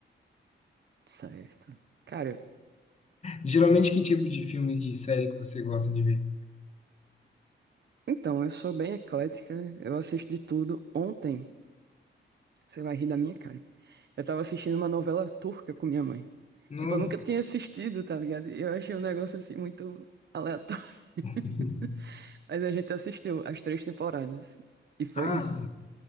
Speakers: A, on the right (about 55°); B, on the left (about 35°).
A: certo. Cara,
B: Geralmente, que tipo de filme e série que você gosta de ver?
A: então, eu sou bem eclética, eu assisto de tudo. Ontem, você vai rir da minha cara. Eu tava assistindo uma novela turca com minha mãe.
B: Nossa.
A: Tipo, eu nunca tinha assistido, tá ligado? E eu achei um negócio assim muito aleatório. <laughs>
B: <laughs>
A: Mas a gente assistiu as três temporadas. E foi
B: Ah,
A: isso.